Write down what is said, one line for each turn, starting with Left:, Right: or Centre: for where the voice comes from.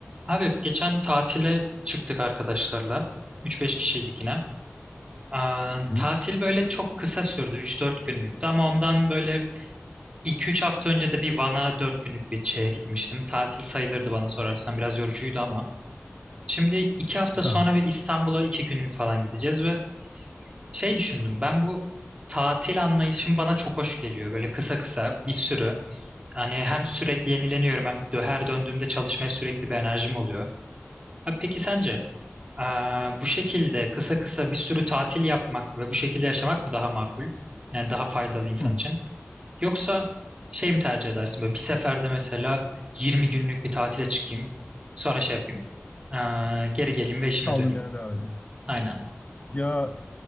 Right: Abi geçen tatile çıktık arkadaşlarla. üç beş kişiydik yine. Aa,
Left: Hı hı.
Right: tatil böyle çok kısa sürdü. üç dört günlüktü ama ondan böyle iki üç hafta önce de bir Van'a 4 günlük bir şeye gitmiştim. Tatil sayılırdı bana sorarsan. Biraz yorucuydu ama. Şimdi 2 hafta
Left: Ha.
Right: sonra bir İstanbul'a 2 günlük falan gideceğiz ve şey düşündüm. Ben bu tatil anlayışım bana çok hoş geliyor. Böyle kısa kısa bir sürü. Hani hem sürekli yenileniyorum hem dö- her döndüğümde çalışmaya sürekli bir enerjim oluyor. Abi peki sence? Aa, bu şekilde kısa kısa bir sürü tatil yapmak ve bu şekilde yaşamak mı daha makul? Yani daha faydalı insan
Left: Hı.
Right: için. Yoksa şey mi tercih edersin? Böyle bir seferde mesela 20 günlük bir tatile çıkayım. Sonra şey yapayım. Aa, geri geleyim ve işime
Left: Kaldığım
Right: döneyim.
Left: yerden devam edeyim.
Right: Aynen.
Left: Ya